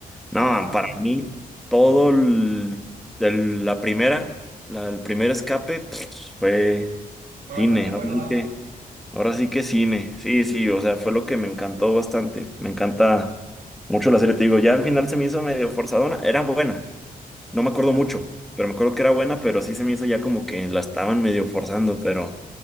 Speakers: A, on the right; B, in the centre.
A: Simón,
B: no,
A: Simón.
B: para mí todo el, el- la primera, la- el primer escape, pues, fue
A: Fue bastante
B: cine,
A: bueno,
B: así
A: ah.
B: Ahora sí que cine, sí, sí, o sea, fue lo que me encantó bastante. Me encanta mucho la serie, te digo, ya al final se me hizo medio forzadona, era buena, no me acuerdo
A: Ajá,
B: mucho, pero me acuerdo que era buena, pero sí se me hizo ya como que la estaban medio forzando, pero